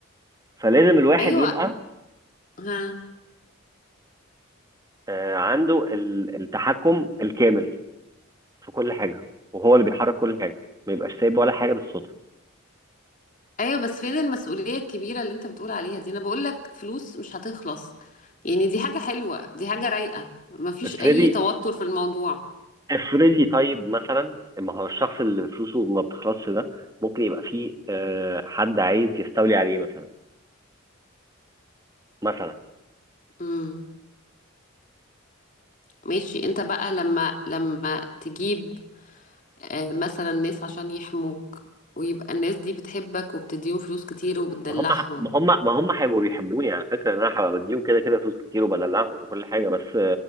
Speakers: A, on the right; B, on the left.
A: فلازم الواحد
B: ايوه
A: يبقى
B: ها
A: آه، عنده ال- التحكم الكامل في كل حاجه وهو اللي بيحرك كل حاجه ما يبقاش سايب ولا حاجه بالصدفه
B: ايوه بس فين المسؤوليه الكبيره اللي انت بتقول عليها دي انا بقول لك فلوس مش هتخلص يعني دي حاجه حلوه دي حاجه رايقه مفيش
A: افرضي
B: اي توتر في الموضوع
A: افرضي طيب مثلا ما هو الشخص اللي فلوسه ما بتخلصش ده ممكن يبقى فيه آه، حد عايز يستولي عليه مثلا مثلا
B: امم ماشي انت بقى لما لما تجيب آه، مثلا ناس عشان يحموك ويبقى الناس دي بتحبك وبتديهم فلوس كتير وبتدلعهم
A: ما هم ما هم ما هم هيبقوا بيحبوني على فكره ان انا هبقى بديهم كده كده فلوس كتير وبدلعهم وكل حاجه بس